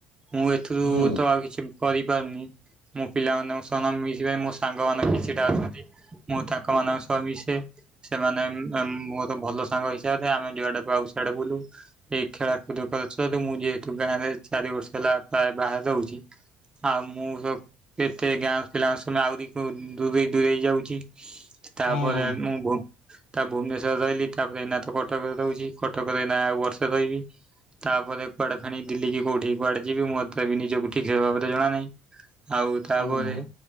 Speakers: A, on the right; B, on the left.
A: ମୁଁ ଏଥିରୁ
B: ହୁଁ
A: ତ ଆଉ କିଛି କରିପାରୁନି। ମୁଁ ପିଲାମାନଙ୍କ ସହ ନ ମିଶି ମୋ ସାନ୍ ଙ୍ଗମାନେ କିଛିଟା ଅଛନ୍ତି ମୁଁ ତାଙ୍କ ମାନଙ୍କ ସହ ମିଶେ ସେମାନେ ଉଁ, ଆମ ମୋ ଭଲ ସାଙ୍ଗ ହିସାବରେ ଆମେ ଯୁଆଡେ ପାଉ ସିଆଡେ ବୁଲୁ। ଏଇ ଖେଳା କୁଦ କରିୁଥିବାରୁ ମୁଁ ଯେହେତୁ ଗାଁରେ ଏ ଚାରି ବର୍ଷ ହେଲା ପ୍ରାୟ ବାହାରେ ରହୁଛି। ଆଉ ମୁଁ ସ- କେତେ ଗାଁ ପିଲା ସମୟ ଆଉରି କୋଉ ଦୂରେଇ ଦୂରେଇ ଯାଉଛି। ତାପରେ
B: ହୁଁ
A: ମୁଁ ଭୁବ ତ ଭୁବନେଶ୍ଵର ରହିଲି ତାପରେ ଏଇନା ଥ କଟକରେ ରହୁଛି। କଟକରେ ଏଇନା ଆଉ ବର୍ଷେ ରହିବି। ତାପରେ କୁଆଡେ ଫେଣି ଦିଲ୍ଲୀ କି କୋଉଠି କୁଆଡେ ଯିବି ମୋତେ ବି ନିଜକୁ ଠିକ୍ ସେ ଭାବରେ ଜଣା ନାହିଁ। ଆଉ ତାପରେ
B: ହୁଁ